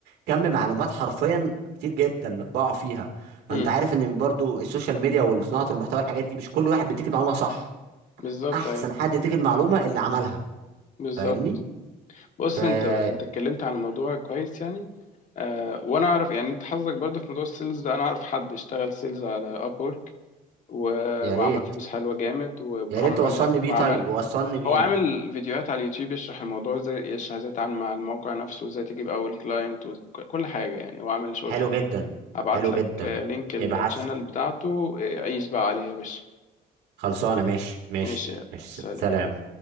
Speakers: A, on the right; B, on the left.
A: كم معلومات حرفيا كتير جدا بقع فيها فانت
B: امم
A: عارف ان برضو السوشيال ميديا وصناعه المحتوى الحاجات دي مش كل واحد بيديك المعلومه صح
B: بالظبط
A: احسن
B: ايوه
A: حد يديك المعلومه اللي عملها
B: بالظبط
A: فاهمني
B: بص
A: فيا
B: انت انت اتكلمت عن الموضوع كويس يعني آه وانا اعرف يعني انت حظك برضه في موضوع السيلز ده انا اعرف حد اشتغل سيلز على ابورك و...
A: ريت
B: وعمل فلوس حلوه جامد وعمل
A: يا ريت توصلني
B: بعدين
A: بيه
B: وعمل
A: طيب وصلني بيه
B: هو عامل فيديوهات على اليوتيوب يشرح الموضوع ازاي يشرح ازاي تتعامل مع الموقع نفسه وازاي تجيب اول كلاينت وكل حاجه يعني هو عامل شغل
A: حلو
B: حلو
A: جدا
B: هبعت
A: حلو
B: لك
A: جدا
B: آه، لينك الشانل
A: ابعت لي
B: بتاعته آه، عيش بقى عليها يا باشا
A: خلصانه ماشي ماشي
B: ماشي ماشي
A: ماشي
B: سلام
A: سلام